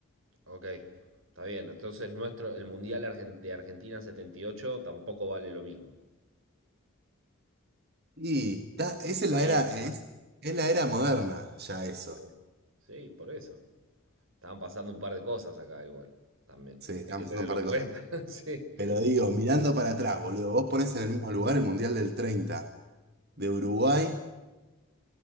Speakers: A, on the right; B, on the right.
A: Ok, está bien. Entonces nuestro, el Mundial Argen- de Argentina 78 tampoco vale lo mismo.
B: Y ta- esa
A: Está
B: es la
A: ahí
B: era,
A: en el
B: es,
A: marco.
B: es la era moderna, ya eso.
A: Sí. Sí, por eso. Estaban pasando un par de cosas acá igual, también.
B: Sí, están
A: Hay que
B: pasando
A: tenerlo
B: un par
A: en
B: de
A: cuenta,
B: cosas.
A: <laughs> sí.
B: Pero digo, mirando para atrás, boludo, vos ponés en el mismo lugar el Mundial del 30 de Uruguay